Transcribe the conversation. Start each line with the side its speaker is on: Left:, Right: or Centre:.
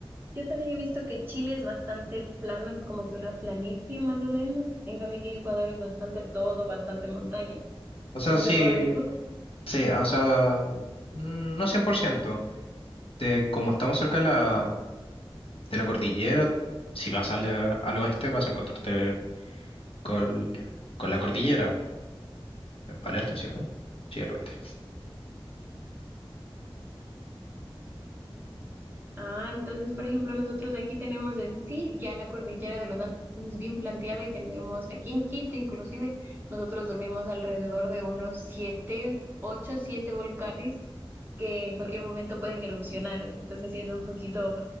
Right: yo también he visto que Chile es bastante plano, es como que una planicie más o menos. En cambio, aquí en Ecuador es bastante todo, bastante montañas.
Left: O sea,
Right: ¿Es
Left: sí,
Right: verdad eso?
Left: sí, o sea, mm, no cien por ciento De, como estamos cerca de la, de la cordillera, si vas al, al oeste vas a encontrarte con, con la cordillera, al este, ¿cierto? Sí, al oeste.
Right: Ah, entonces, por ejemplo, nosotros aquí tenemos en sí ya la cordillera de los Andes bien planteada y tenemos aquí en Quito, inclusive, nosotros dormimos alrededor de unos siete, ocho, siete volcanes que en cualquier momento pueden erupcionar. Entonces, sí es un poquito